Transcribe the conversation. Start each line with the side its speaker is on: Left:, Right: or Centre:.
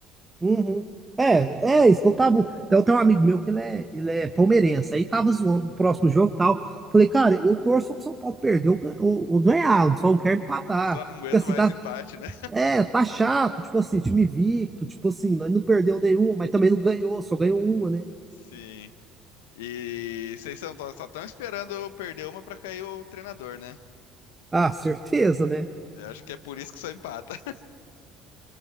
Right: Uhum. É, é isso que eu tava. Então, tem um amigo meu que ele é, ele é palmeirense. Aí tava zoando o próximo jogo e tal. Falei, cara, eu torço pro São Paulo perder ou, gan- ou, ou ganhar, eu só não quero empatar.
Left: Só não aguento
Right: Porque assim,
Left: mais
Right: tá,
Left: empate, né?
Right: É, tá chato, tipo assim, time invicto, tipo assim, não, não perdeu nenhum, mas também não ganhou, só ganhou uma, né?
Left: <laughs> Sim. E vocês são- só estão esperando eu perder uma pra cair o treinador, né?
Right: Ah, certeza, né?
Left: Eu acho que é por isso que só empata. <laughs>